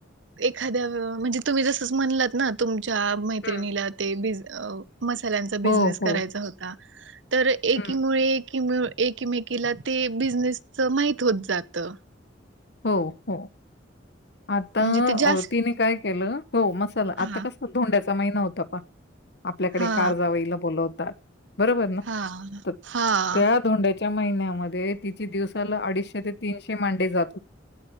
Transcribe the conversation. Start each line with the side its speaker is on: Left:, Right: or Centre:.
Right: एखाद्या म्हणजे तुम्ही जस म्हणलात ना तम मैत्रिणीला
Left: हं.
Right: ते बि अ मसाल्यांचा बिझनेस
Left: हो हो
Right: करायचा होता तर एकीमुळे
Left: हं.
Right: कि एकमेकीला ते बिझनेस च माहीत होत जात
Left: हो हो आता
Right: म्हणजे ते जास्त
Left: तिने काय केलं हो मसाला
Right: हा
Left: आता कस धोंड्या समय नव्हता आपल्याकडे
Right: हा
Left: कार जावईला बोलवतात बरोबर ना
Right: हा
Left: तर
Right: हा
Left: त्या धोंड्याच्या महिन्यामध्ये त दिवसाला अडीचशे ते तीनशे मांडेले जात